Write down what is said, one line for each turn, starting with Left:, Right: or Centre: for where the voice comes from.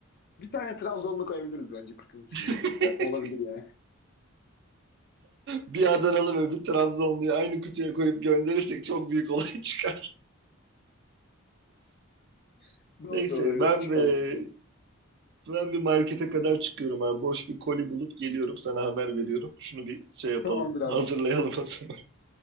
Left: bir tane Trabzonlu koyabiliriz bence kutunun içine
Right: <laughs>
Left: ya. Olabilir yani.
Right: Bir Adanalı ve bir Trabzonluyu aynı kutuya koyup gönderirsek çok büyük olay çıkar.
Left: <laughs>
Right: <laughs>
Left: Doğru
Right: Neyse
Left: doğru evet,
Right: ben
Left: çıkar
Right: ve
Left: yani.
Right: ben bir markete kadar çıkıyorum abi. Boş bir koli bulup geliyorum sana haber veriyorum. Şunu bir şey yapalım.
Left: Tamamdır abi.
Right: Hazırlayalım o zaman.